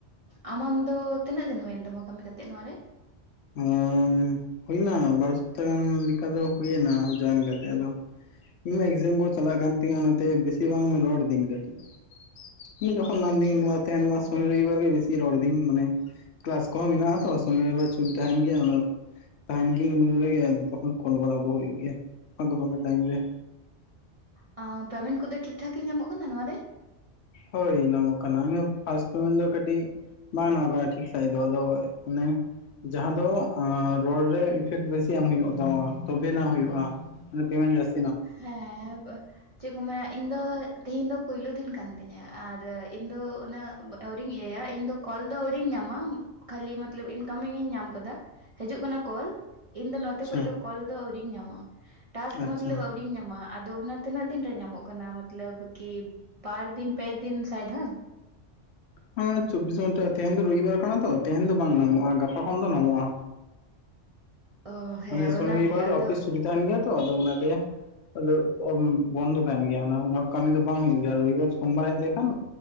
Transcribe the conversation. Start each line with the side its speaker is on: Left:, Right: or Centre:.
Right: ᱟᱢᱟᱝ ᱫᱚ ᱛᱤᱱᱟᱹᱜ ᱫᱤᱱ ᱦᱩᱭᱮᱱ ᱛᱟᱢᱟ ᱠᱟᱹᱢᱤ ᱠᱟᱛᱮᱫ ᱱᱚᱣᱟ ᱨᱮ?
Left: ᱚᱻ ᱦᱩᱭ ᱮᱱᱟ ᱵᱟᱨ ᱥᱚᱯᱛᱟ ᱜᱟᱱ ᱞᱮᱠᱟ ᱫᱚ ᱦᱩᱭᱮᱱᱟ ᱡᱚᱭᱮᱱ ᱠᱟᱛᱮᱜ, ᱟᱫᱚ ᱤᱧᱢᱟ ᱮᱠᱡᱟᱢ ᱠᱚ ᱪᱟᱞᱟᱜ ᱠᱟᱱ ᱛᱤᱧ ᱚᱱᱟᱛᱮ ᱵᱤᱥᱤ ᱵᱟᱝ ᱨᱚᱲ ᱫᱤᱧ ᱠᱟᱹᱴᱤᱡ᱾ ᱤᱧ ᱡᱚᱠᱷᱚᱱ
Right: ᱚ
Left: ᱱᱟᱢ
Right: ᱟᱪᱪᱷᱟ
Left: ᱫᱤᱧ ᱱᱚᱣᱟ <unintelligible> ᱥᱚᱱᱤ ᱨᱚᱵᱤᱵᱟᱨ ᱜᱮ ᱵᱤᱥᱤ ᱨᱚᱲᱫᱟᱹᱧ ᱢᱟᱱᱮ ᱠᱞᱟᱥ ᱠᱚᱦᱚᱸ ᱢᱮᱱᱟᱜᱼᱟ ᱛᱚ ᱥᱚᱱᱤ ᱨᱚᱵᱤᱟᱨ ᱪᱷᱩᱴᱤ ᱛᱟᱦᱮᱱ ᱜᱮᱭᱟ ᱚᱱᱟ ᱴᱟᱭᱤᱢ ᱜᱤᱧ ᱞᱮᱜᱮ ᱟᱫᱚ ᱛᱚᱠᱷᱚᱱ ᱠᱚᱞ ᱵᱟᱲᱟᱣ ᱠᱚ ᱦᱩᱭᱩᱜ ᱜᱮᱭᱟ᱾ ᱯᱷᱟᱸᱠᱟ ᱯᱷᱟᱸᱠᱟ ᱴᱟᱭᱤᱢ ᱨᱮ᱾
Right: ᱦᱩᱸ ᱯᱮᱢᱮᱱᱴ ᱠᱚᱫᱚ ᱴᱷᱤᱠ ᱴᱷᱟᱠ ᱜᱤ ᱧᱟᱢᱚᱜ ᱠᱟᱱᱟ ᱱᱚᱣᱟ ᱨᱮ?
Left: ᱦᱚᱭ ᱱᱟᱢᱚᱜ ᱠᱟᱱᱟ, ᱤᱧᱟᱹᱜ ᱯᱷᱟᱥᱴ ᱯᱮᱢᱮᱱᱴ ᱫᱚ ᱠᱟᱹᱴᱤᱡ ᱵᱟᱝ ᱱᱟᱢ ᱠᱟᱱᱟ ᱴᱷᱤᱠ ᱥᱟᱦᱤᱡ ᱫᱚ ᱟᱫᱚ ᱚᱱᱮ ᱡᱟᱦᱟᱸ ᱫᱚ ᱨᱚᱲ ᱨᱮ ᱤᱯᱷᱮᱠᱴ ᱵᱮᱥᱤ ᱮᱢ ᱦᱩᱭᱩᱜ ᱛᱟᱢᱟ ᱛᱚᱵᱮ ᱮᱱᱟᱝ ᱦᱩᱭᱩᱜᱼᱟ᱾ ᱯᱮᱢᱮᱱᱴ ᱡᱟᱥ
Right: ᱦᱮᱸ ᱪᱮᱜ ᱠᱚ ᱢᱮᱱᱟ ᱤᱧ ᱫᱚ ᱛᱤᱦᱤᱧ ᱫᱚ ᱯᱩᱭᱞᱩ ᱫᱤᱱ ᱠᱟᱱ ᱛᱤᱧᱟᱹ ᱟᱨ ᱤᱧ ᱫᱚ ᱩᱱᱟᱹᱜ ᱟᱹᱣᱨᱤᱧ ᱤᱭᱟᱹᱭᱟ ᱤᱧ ᱫᱚ ᱠᱚᱞ ᱫᱚ ᱟᱹᱣᱨᱤᱧ ᱧᱟᱢᱟ ᱠᱷᱟᱹᱞᱤ ᱢᱚᱛᱞᱚᱵ ᱤᱱᱠᱟᱢᱤᱝ ᱤᱧ ᱧᱟᱢ ᱠᱟᱫᱟ ᱦᱤᱡᱩᱜ ᱠᱟᱱᱟ ᱠᱚᱞ ᱤᱧ ᱫᱚ ᱱᱚᱛᱮ
Left: ᱟᱪᱪᱷᱟ
Right: ᱠᱷᱚᱡ ᱫᱚ ᱠᱚᱞ ᱫᱚ ᱟᱹᱣᱨᱤᱧ ᱧᱟᱢᱟ ᱴᱟᱥᱠ
Left: ᱟᱪᱪᱷᱟ
Right: ᱢᱚᱛᱞᱚᱵ ᱤᱧ ᱧᱟᱢᱟ ᱟᱫᱚ ᱚᱱᱟ ᱛᱤᱱᱟᱹᱜ ᱫᱤᱱ ᱨᱮ ᱧᱟᱢᱚᱜ ᱠᱟᱱᱟ ᱢᱚᱛᱞᱚᱵ ᱠᱤ ᱵᱟᱨ ᱫᱤᱱ ᱯᱮ ᱫᱤᱱ ᱥᱟᱭᱫᱷᱟᱢ᱾
Left: ᱦᱮᱸ ᱪᱚᱵᱤᱥ ᱜᱷᱚᱱᱴᱟ ᱛᱮᱦᱮᱧ ᱫᱚ ᱨᱚᱵᱤᱵᱟᱨ ᱠᱟᱱᱟ ᱛᱚ, ᱛᱮᱦᱮᱧ ᱫᱚ ᱵᱟᱝ ᱱᱟᱢᱚᱜᱼᱟ, ᱜᱟᱯᱟ ᱠᱷᱚᱱ ᱫᱚ ᱱᱟᱢᱚᱜᱼᱟ᱾
Right: ᱚ ᱦᱮᱸ
Left: ᱢᱟᱱᱮ ᱥᱚᱱᱤ
Right: ᱚᱱᱟᱜᱮ
Left: ᱨᱚᱵᱤᱵᱟᱨ ᱫᱚ
Right: ᱟᱫᱚ
Left: ᱚᱯᱷᱤᱥ ᱪᱷᱩᱴᱤ ᱛᱟᱦᱮᱱ ᱜᱮᱭᱟ ᱛᱚ ᱟᱫᱚ ᱚᱱᱟᱛᱮ ᱟᱫᱚ ᱵᱚᱱᱫᱚ ᱛᱟᱦᱮᱱ ᱜᱮᱭᱟ ᱚᱱᱟ ᱠᱟᱢᱤ ᱫᱚ ᱵᱟᱝ ᱦᱩᱭᱩᱜ ᱜᱮᱭᱟ ᱨᱚᱵᱤᱵᱟᱨ ᱥᱚᱢᱵᱟᱨ ᱦᱮᱡ ᱞᱮᱠᱷᱟᱱ